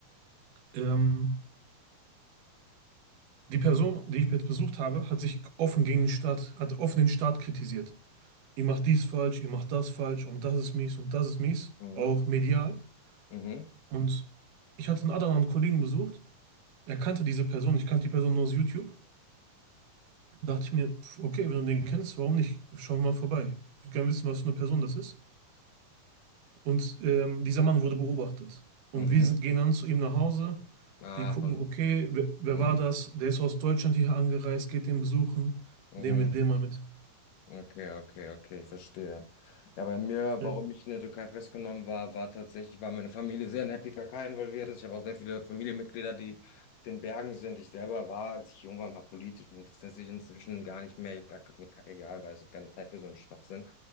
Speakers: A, on the right (about 70°); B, on the left (about 70°).
A: Ähm, die Person, die ich jetzt besucht habe, hat sich offen gegen den Staat, hat offen den Staat kritisiert. Ihr macht dies falsch, ihr macht das falsch und das ist mies und das ist mies.
B: Mhm.
A: Auch medial.
B: Mhm.
A: Und ich hatte in Adana einen Kollegen besucht. Er kannte diese Person. Ich kannte die Person nur aus YouTube. Dachte ich mir, pf, okay, wenn du den kennst, warum nicht? Schauen wir mal vorbei. Ich würde gerne wissen, was für eine Person das ist. Und ähm, dieser Mann wurde beobachtet. Und
B: Mhm.
A: wir sind- gehen dann zu ihm nach Hause.
B: Ah,
A: Die gucken,
B: und
A: okay, wer, wer
B: mhm.
A: war das? Der ist aus Deutschland hier angereist, geht den besuchen.
B: Mhm.
A: Nehmen wir den mal mit.
B: Okay, okay, okay, ich verstehe. Ja, bei mir,
A: Ja,
B: warum ich in der Türkei festgenommen war, war tatsächlich, war meine Familie sehr in der PKK involviert ist. Ich habe auch sehr viele Familienmitglieder, die auf den Bergen sind. Ich selber war, als ich jung war, mal politisch. Mich interessiert sich inzwischen gar nicht mehr. Ich habe gesagt, ist mir kackegal, weil ich habe keine Zeit für so einen Schwachsinn.